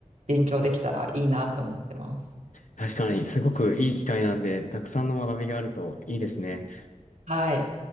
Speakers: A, on the right (about 65°); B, on the left (about 75°).
A: 勉強できたらいいなと思ってます。
B: 確かに、すごくいい機会なんで、たくさんの学びがあるといいですね。
A: はい。